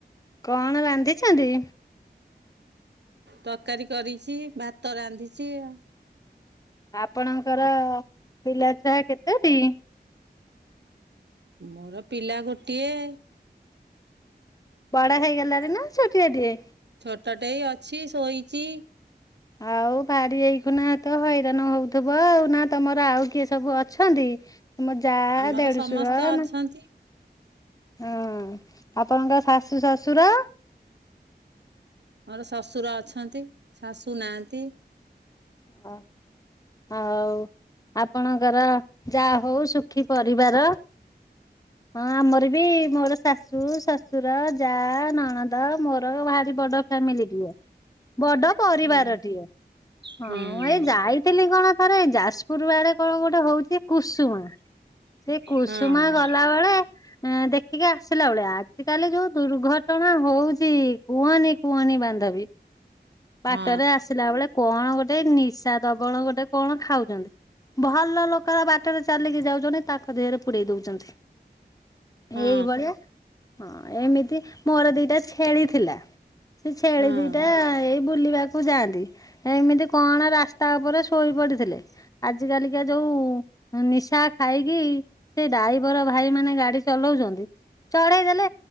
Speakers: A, on the left; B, on the right.
A: କଅଣ ରାନ୍ଧିଛନ୍ତି?
B: ତରକାରୀ କରିଚି, ଭାତ ରାନ୍ଧିଚି ଆଉ।
A: ଆପଣଙ୍କର ପିଲାଛୁଆ କେତୋଟି?
B: ମୋର ପିଲା ଗୋଟିଏ।
A: ବଡ ହେଇଗଲାଣି ନା ଛୋଟିଆଟିଏ?
B: ଛୋଟଟେଇ ଅଛି ଶୋଇଚି।
A: ଆଉ ଭାରି ଏଇଖୁନା ତ ହଇରାଣ ହଉଥିବ ଆଉ, ନା ତମର ଆଉ କିଏ ସବୁ ଅଛନ୍ତି? ତମ ଯା
B: ଆମର
A: ଦେଢଶୁର
B: ସମସ୍ତେ ଅଛନ୍ତି
A: ନା ହଁ ଆପଣଙ୍କ ଶାଶୁ ଶଶୁର?
B: ମୋର ଶ୍ୱଶୁର ଅଛନ୍ତି ଶାଶୁ ନାହାନ୍ତି।
A: ଓହୋ ଆଉ ଆପଣଙ୍କର ଯାହା ହଉ ସୁଖୀ ପରିବାର <unintelligible> ହଁ ଆମର ବି ମୋର ଶାଶୁ ଶଶୁର ଯା ନଣଦ ମୋର ଭାରି ବଡ ଫାମିଲିଟିଏ ବଡ ପରିବାରଟିଏ
B: ହଁ
A: ହଁ
B: ହୁଁ
A: ଏଇ ଯାଇଥିଲି କଣ ଥରେ ଯାଜପୁର ଆଡ଼େ କଣ ଗୋଟେ ହଉଛି କୁସୁମା ସେ କୁସୁମା
B: ହଁ
A: ଗଲାବେେଳେ ହଁ ଦେଖିକି ଆସିଲା ବେଳେ ଆଜି କାଲି ଯୋଉ ଦୁର୍ଘଟଣା ହଉଛି କୁହନି କୁହନି ବାନ୍ଧବୀ ବାଟରେ
B: ହଁ
A: ଆସିଲା ବେଳେ କଣ ଗୋଟେ ନିଶା ଦବଣ ଗୋଟେ କଣ ଖାଉଛନ୍ତି ଭଲ ଲୋକର ବାଟରେ ଚାଲିକି ଯାଉଛନ୍ତି ତାଙ୍କ ଦେହରେ ପୁରେଇ ଦେଉଛନ୍ତି।
B: ହଁ
A: ଏଇଭଳିଆ ହଁ ଏମିତି ମୋର ଦିଟା ଛେଳି ଥିଲା ସେ ଛେଳି
B: ହଁ
A: ଦିଟା ଏଇ ବୁଲିବାକୁ ଯାଆନ୍ତି ଏମିତି କଣ ରାସ୍ତା ଉପରେ ଶୋଇ ପଡିଥିଲେ ଆଜି କାଲିକା ଯୋଉ ନିଶା ଖାଇକି ସେ ଡ୍ରାଇଭର ଭାଇ ମାନେ ଗାଡି ଚଲାଉଜନ୍ତି ଚଢେଇ ଦେଲେ